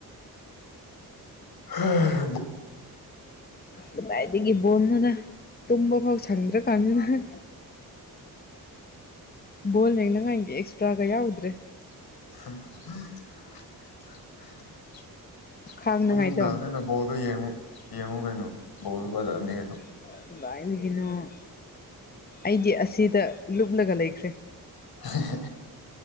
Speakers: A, on the left (about 70°); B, on the left (about 25°).
A: ꯍꯥ
B: ꯀꯗꯥꯏꯗꯤꯒꯤ ꯕꯣꯟꯅꯣꯗ ꯇꯨꯝꯕꯐꯥꯎ ꯁꯪꯗ꯭ꯔꯀꯥꯟꯖꯤꯗ ꯕꯣꯜ ꯌꯦꯡꯅꯉꯥꯏꯒꯤ ꯑꯦꯛꯁꯇ꯭ꯔꯥꯒ ꯌꯥꯎꯗ꯭ꯔꯦ
A: <unintelligible>
B: ꯈꯥꯡꯅꯉꯥꯏꯗꯣ
A: ꯕꯣꯜꯗꯨ ꯌꯦꯡꯉꯨ ꯌꯦꯡꯉꯨ ꯀꯩꯅꯣ ꯕꯣꯜꯁꯨ ꯐꯖꯕꯅꯤ ꯀꯩꯅꯣ
B: <unintelligible> ꯑꯩꯗꯤ ꯑꯁꯤꯗ ꯂꯨꯞꯂꯒ ꯂꯩꯈ꯭ꯔꯦ
A: ꯍꯥꯍꯦ